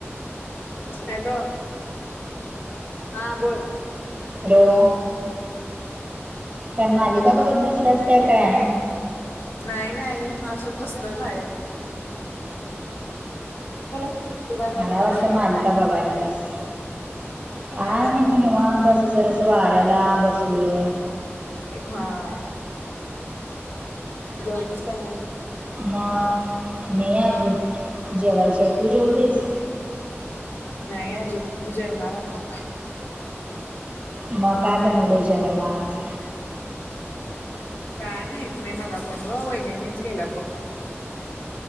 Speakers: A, on the left (about 50°); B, on the right (about 25°).
A: हॅलो हा बोल.
B: हॅलो? काय मालिका बघत बसल्यास काय काय?
A: नाही नाही असंच बसलोय बाहेर. बोला की तू काय करायल्यास
B: मला वाटलं मालिका बघायल्यास काय
A: बाई
B: नाही
A: मालिका
B: मी निवांत अस जरास वाऱ्याला बसलोय.
A: हा जेवलीस का नाही?
B: हा नाही अजून, जेवायचेय तू जेवलीस?
A: नाही आजुन जेवणार आता.
B: मग काय बनवलय जेवायला आज?
A: काय माहित नाही मला पण ग, वहिनीच केल्यात बघ